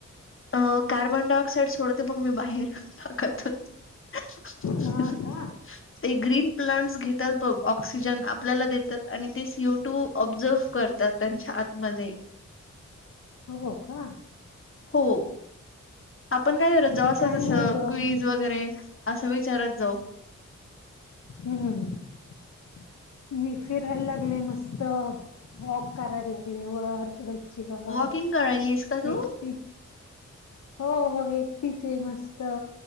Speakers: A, on the left (about 45°); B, on the left (about 65°).
A: अ कार्बन डाय ऑक्साइड सोडते बघ मी बाहेर नाकातून <unintelligible>
B: हा का?
A: ते ग्रीन प्लांट्स घेतात बघ ऑक्सिजन आपल्याला देतात आणि ते सीओ टू ऑब्झर्व्ह करतात. त्यांच्या आतमध्ये
B: हो हो का
A: हो आपण काय करत जास
B: मी काय
A: जस
B: नाही ग
A: क्वीज
B: मी
A: वगैरे असं विचारत जाऊ
B: हम्म मी फिरायला लागले मस्त त वॉक करायला लागले वर चीक घर
A: वॉकिंग करायलीस का तू
B: एकटी होय एकटीच आहे मस्त